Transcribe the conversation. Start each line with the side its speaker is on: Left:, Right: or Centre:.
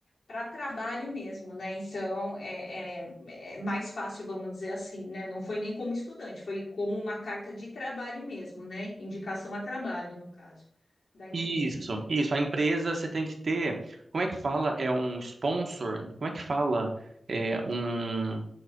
Left: para trabalho mesmo, né? Então é, é- é mais fácil, vamos dizer assim, né? Não foi nem como estudante, foi como uma carta de trabalho mesmo, né? Indicação a trabalho, no caso, da empresa.
Right: Isso, isso. A empresa você tem que ter, como é que fala? É um sponsor? Como é que fala? É um.